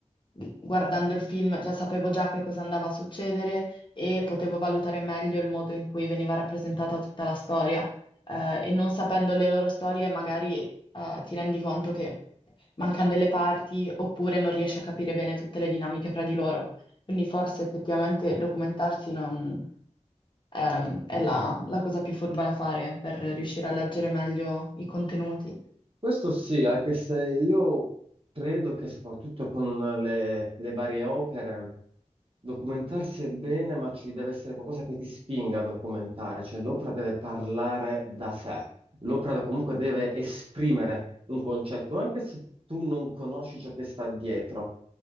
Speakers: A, on the left (about 40°); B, on the right (about 50°).
A: guardando il film, già sapevo già che cosa andava a succedere e potevo valutare meglio il modo in cui veniva rappresentata tutta la storia. Eh, e non sapendo le loro storie, magari, eh, ti rendi conto che mancano delle parti oppure non riesci a capire bene tutte le dinamiche fra di loro. Quindi forse effettivamente documentarsi non ehm, è la, la cosa più furba da fare per riuscire a leggere meglio i contenuti.
B: Questo sì, anche se io Credo che soprattutto con le, le varie opere documentarsi è bene, ma ci deve essere qualcosa che ti spinga a documentare, cioè l'opera deve parlare da sé, l'opera comunque deve esprimere un concetto, anche se tu non conosci ciò che sta dietro.